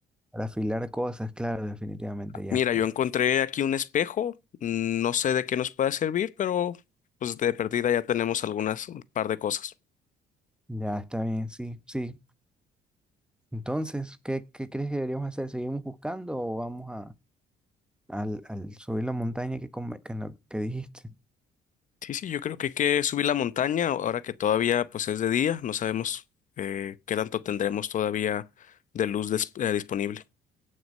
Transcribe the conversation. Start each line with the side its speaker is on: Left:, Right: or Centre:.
Centre: para afilar cosas, claro, definitivamente ya.
Left: Mira, yo encontré aquí un espejo. No sé de qué nos pueda servir, pero pues de perdida ya tenemos algunas un par de cosas.
Centre: Ya está bien, sí, sí. Entonces, ¿qué, qué crees que deberíamos hacer? ¿Seguimos buscando o vamos a, al, al subir la montaña que, come- que, no- que dijiste?
Left: Sí, sí, yo creo que hay que subir la montaña ahora que todavía pues es de día. No sabemos eh, qué tanto tendremos todavía de luz dis- eh, disponible.